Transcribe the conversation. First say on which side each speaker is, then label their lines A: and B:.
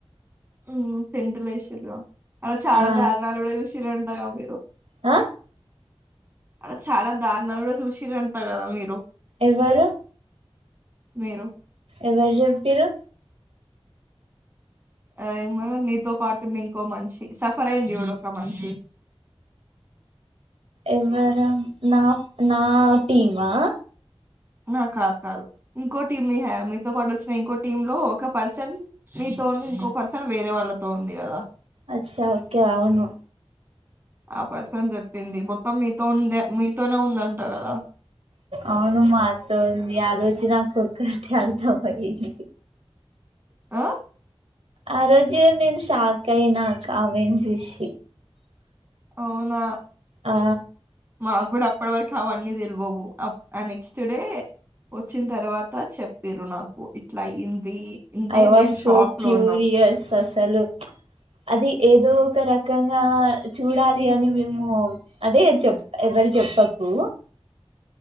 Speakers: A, on the right (about 20°); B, on the right (about 80°).
A: ఉం టెంటులేషిర్రు గా అడ చాలా
B: ఆ
A: దారునాలు కూడా చూసి శిర్రాంటగా మీరు
B: అ
A: అడ చాలా దారుణాలు కూడా చూసి అంట కదా మీరు
B: ఎవరు
A: మీరు
B: ఎవరు చెప్పిడ్రు
A: ఆ ఏమోరా నీతో పాటు మింకో మనిషి సఫర్ అయింది యూడు ఒక మనిషి
B: ఎవర నా నా టీమా
A: నా కాదు కాదు ఇంకో టీం మీ హ మీతో పాటు వచ్చిన ఇంకో టీమ్ లో ఒక పర్సన్ మీతో ఉంది ఇంకో పర్సన్ వేరే వాళ్ళతో ఉంది కదా
B: అచ్చా ఓకే అవును
A: ఆ పర్సన్ చెప్పింది బొక్క మీతో ఉందే మీతోనే ఉందంట కదా
B: అవును మాతో వుంది ఆ రోజ నా కొక్కటి అర్థమైంది
A: ఆ
B: ఆ రోజు నేను షాక్ అయినాకమెన్ చూసి
A: అవునా
B: ఆ
A: మా కూడా అప్పటి వరకు అవన్నీ తెలివవు అప్ ఆ నెక్స్ట్ డే వచ్చిన తర్వాత చెపిడ్రు నాకు ఇట్లా అయింది అంటే
B: ఐ వాస్
A: మేము
B: సో
A: షాక్
B: క్యూరియస్
A: లో ఉన్నాం
B: అసలు అది ఏదో ఒక రక క్కంగా చూడాలి అని మేము అదే చెప్ప ఎవరు చెప్పకు